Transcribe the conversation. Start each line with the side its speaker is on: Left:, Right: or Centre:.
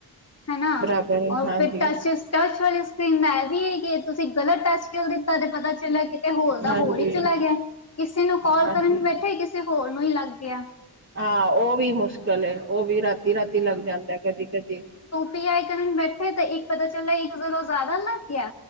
Left: ਹਨਾ,
Right: ਬਰਾਬਰ
Left: ਔਰ
Right: ਹਾਂਜੀ
Left: ਫਿਰ ਟ-ਟੱਚ ਵਾਲੀ ਸਕਰੀਨ ਦਾ ਇਹ ਵੀ ਐ ਕਿ ਤੁਸੀਂ ਗਲਤ ਟੱਚ ਚੱਲ ਦਿੱਤਾ ਤੇ ਪਤਾ ਚੱਲਿਆ ਕਿਤੇ ਹੋਲ ਦਾ
Right: ਹਾਂਜੀ
Left: ਹੋਰ ਹੀ ਚਲਾ ਗਿਆ ਕਿਸੇ ਨੂੰ ਕਾਲ
Right: ਹਾਂਜੀ
Left: ਕਰਨ ਬੈਠੇ ਕਿਸੇ ਕਿਸੇ ਹੋਰ ਨੂੰ ਹੀ ਲੱਗ ਗਿਆ।
Right: ਹਾਂ, ਉਹ ਵੀ ਮੁਸ਼ਕਿਲ ਐ ਉਹ ਵੀ ਰਾਤੀ-ਰਾਤੀ ਲੱਗ ਜਾਂਦਾ ਕਦੀ-ਕਦੀ
Left: ਪੀ ਆਈ ਕਰਨ ਬੈਠੇ ਤਾਂ ਇੱਕ ਪਤਾ ਚੱਲਿਆ ਇੱਕ ਚਲੋਂ ਜ਼ਿਆਦਾ ਲੱਗ ਗਿਆ।